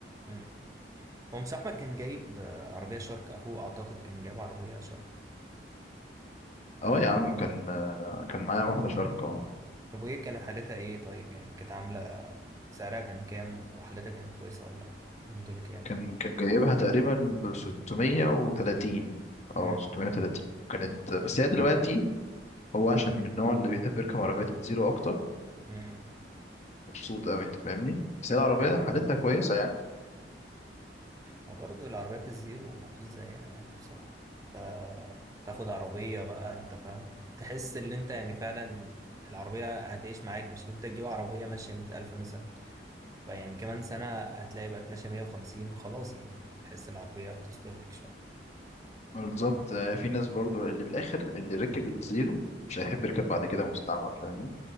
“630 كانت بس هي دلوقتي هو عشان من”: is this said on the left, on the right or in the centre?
Left